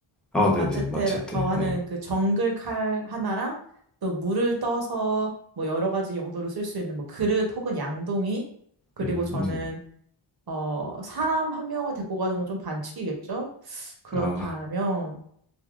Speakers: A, in the centre; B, on the right (about 50°).
A: 아, 네네.
B: 마체테라고
A: 마체테.
B: 하는
A: 네.
B: 그 정글 칼 하나랑 또 물을 떠서 뭐 여러 가지 용도로 쓸 수 있는 뭐 그릇 혹은 양동이 그리고
A: 음,
B: 저는
A: 음.
B: 어 사람 한 명을 데리고 가는 건 좀 반칙이겠죠? 그렇다면
A: 아,